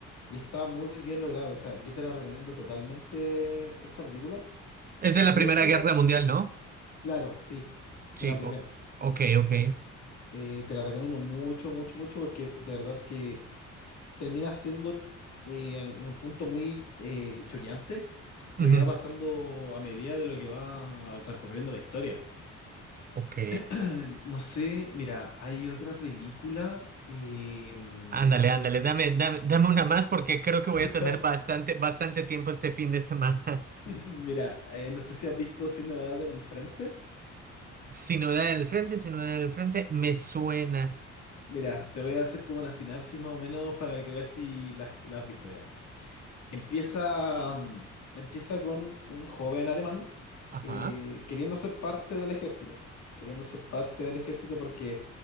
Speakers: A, on the left; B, on the right.
A: y está muy bien logrado. O sea, yo te la recomiendo totalmente esa película.
B: Es de
A: De
B: la Primera
A: hecho,
B: Guerra Mundial, ¿no?
A: claro, sí,
B: Sí,
A: de la primera.
B: o- ok, ok.
A: Eh, te la recomiendo mucho, mucho, mucho porque de verdad que termina siendo eh, al- en un punto muy eh, choqueante lo
B: Ujú,
A: que va pasando a medida de lo que va transcurriendo la historia.
B: Ok.
A: <clears throat> No sé, mira, hay otra película. eh, mm,
B: Ándale, ándale, dame, dame, dame una más porque creo que
A: <laughs>
B: voy a tener bastante, bastante tiempo este fin de semana. <laughs>
A: mira, eh, no sé si has visto Sin Novedad en el Frente.
B: Sinodal en el frente, sinodal en el frente, me suena.
A: Mira, te voy a hacer como una sinapsis más o menos para que ver si las, las viste, mira. Empieza, mm, empieza con un joven alemán
B: Ajá.
A: eh, queriendo ser parte del ejército, queriendo ser parte del ejército porque